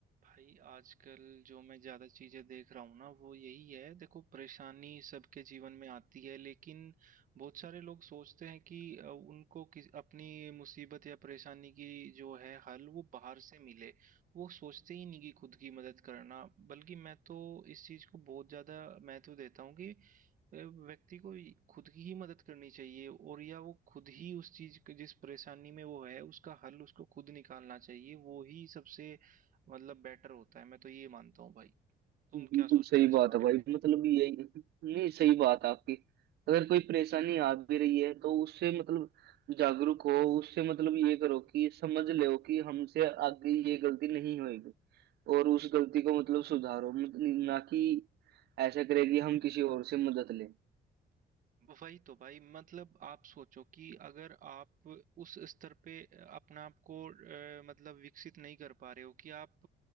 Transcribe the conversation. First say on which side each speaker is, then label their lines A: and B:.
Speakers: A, on the right (about 45°); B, on the right (about 65°).
A: भाई आजकल जो मैं ज़्यादा चीज़ें देख रहा हूँ ना वो यही है देखो परेशानी सबके जीवन में आती है लेकिन बहुत सारे लोग सोचते हैं कि अ, उनको किस अपनी मुसीबत या परेशानी की जो है हल वो बाहर से मिले वो सोचते ही नहीं कि खुद की मदद करना बल्कि मैं तो इस चीज़ को बहुत ज़्यादा महत्व देता हूँ कि अ, व्यक्ति को ही- खुद की ही मदद करनी चाहिए और या वो खुद ही उस चीज के जिस परेशानी में वो है उसका हल उसको खुद निकालना चाहिए वो ही सबसे मतलब बेटर होता है मैं तो ये मानता हूँ भाई तुम
B: बिल्कुल
A: क्या सोचते
B: सही
A: हो इस
B: बात
A: बारे
B: है भाई
A: में
B: मतलब यही नहीं सही बात है आपकी अगर कोई परेशानी आ भी रही है तो उससे मतलब जागरूक हो उससे मतलब ये करो कि समझ लो कि हमसे आगे ये गलती नहीं होगी और उस गलती को मतलब सुधारो मतलब ना कि ऐसा करे कि हम किसी और से मदद लें
A: वही तो भाई मतलब आप सोचो कि अगर आप उस स्तर पे अपने आप को अ, मतलब विकसित नहीं कर पा रहे हो कि आप